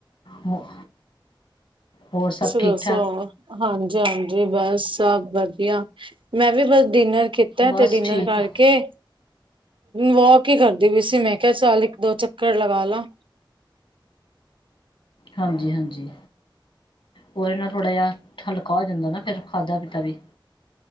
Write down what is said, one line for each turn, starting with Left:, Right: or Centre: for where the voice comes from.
Left: ਹੋ ਹੋਰ ਸਭ
Right: ਤੁਸੀਂ
Left: ਠੀਕ
Right: ਦੱਸੋ
Left: ਠਾਕ
Right: ਹਾਂਜੀ-ਹਾਂਜੀ। ਬਸ ਸਭ ਵਧ ਧੀਆ ਮੈਂ ਵੀ ਬਸ ਡਿਨਰ ਕੀਤਾ
Left: ਬਸ
Right: ਤੇ ਡਿਨਰ
Left: ਠੀਕ
Right: ਕਰਕੇ ਵੋਕ ਹੀ ਕਰਦੀ ਪੀ ਸੀ ਮੈਂ ਕਿਹਾ ਚੱਲ ਇੱਕ ਦੋ ਚੱਕ ਕਰ ਲਗਾ ਲਾ।
Left: ਹਾਂਜੀ-ਹਾਂਜੀ ਉਹਦੇ ਨਾਲ ਥੋੜ੍ਹਾ ਜਹਾ ਹਲਕਾ ਹੋ ਜਾਂਦਾ ਨਾ ਫਿਰ ਖਾਧਾ ਪੀਤਾ ਵੀ।